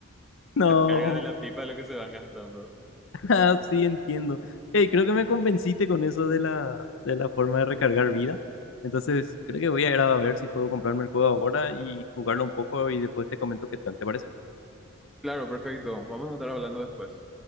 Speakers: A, on the left; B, in the centre.
A: No,
B: las cargas de la pipa lo que se van gastando.
A: <laughs> ah, sí entiendo. Hey, creo que me convenciste con eso de la, de la forma de recargar vida. Entonces, creo que voy a ir a ver si puedo comprarme el juego ahora y jugarlo un poco y después te comento qué tal, ¿te parece?
B: Claro, perfecto. Vamos a estar hablando después.